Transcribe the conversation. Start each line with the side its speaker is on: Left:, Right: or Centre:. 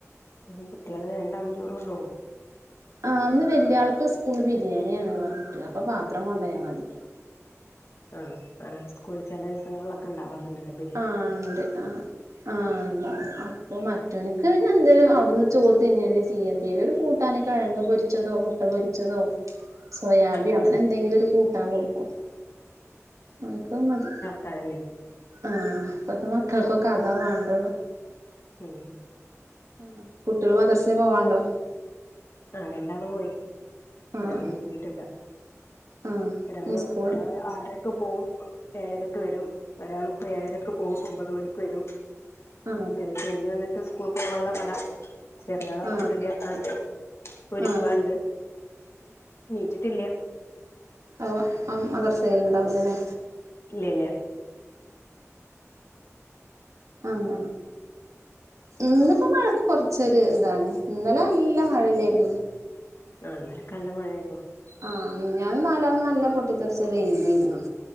Left: ഉം കുട്ടികള് രണ്ടാളും ചോർ കൊണ്ടോ വോ
Right: ആഹ് അന്ന് വലിയ ആൾക്ക് സ്കൂളിൽ ബിരിയാണിയാണ് പറഞ്ഞിട്ട് അപ്പ പാത്രം കൊണ്ടായാമതി
Left: ആഹ് ആഹ് സ്കൂളിൽ ചില ദിവസങ്ങളിലൊക്കെ ഉണ്ടാവാറുണ്ടല്ലേ
Right: ആഹ് ഉണ്ട് ആ ആഹ് ഉണ്ടാവും അപ്പൊ മറ്റവനിക്ക് പിന്നെ എന്തേലും അ അവിന്ന് ചോറ്തിന്നന്നെ ചെയ്യ എന്ത് ചെയല ഒരു കൂട്ടാനോ കിഴങ്ങ് പൊരിച്ചതോ മുട്ട പൊരിച്ചതോ സോയാബി
Left: ഉം
Right: അങ്ങനെ എന്തെങ്കിലും ഒരു കൂട്ടാൻ കൊടുക്കും ഓനിക്ക് അതുമതി
Left: കൊഴങ്ങ്
Right: ആഹ ഇപ്പഴ്ത്ത മക്കൾക്കൊക്കെ അഥാ വേണ്ടുള്ളൂ.
Left: ഉം
Right: ആഹ് കുട്ടാള് മദർസെ പോവാണ്ടോ
Left: ആഹ് രണ്ടാള് പോയി
Right: ആഹ്
Left: ഒരാള് നീച്ചിട്ടില്ല
Right: ആഹ്
Left: ഒരാള്
Right: ഇനി സ്കൂൾ
Left: ഒരാള് ആറര ക്ക് പോകും ഏഴരക്ക് വരും ഒരാളിപ്പോ ഏഴരക്ക് പോകും ഒമ്പത് മണിക്ക് വരും
Right: ആഹ്
Left: അഹ് കയ്ഞ്ഞ് വന്നിട്ട് സ്കൂൾക്കോവാള്ള പട ചെറിയാള ഒർ
Right: ആഹ്
Left: റെഡിയാക്കാണ്ട് ഒര്ക്കാണ്ട്
Right: ആഹ്
Left: നീറ്റിട്ടില്യ
Right: അഹ് മ അം മദ്രസേല്ണ്ടാവൂലലെ
Left: ഇല്ലഇല്ല
Right: അങ്ങനെ ഇന്ന് പ്പ മഴക്ക് കൊർച്ചൊരുതാണ്. ഇന്നലെ നല്ല മഴല്ലേര്ന്നു
Left: ആഹ് ന്നലൊക്കല്ല മഴയാര്ന്നു
Right: ആഹ് മിഞ്ഞാന്നും നാലാന്നും നല്ല പൊട്ടിത്തെറ്ച്ച വെയിലേര്ന്നു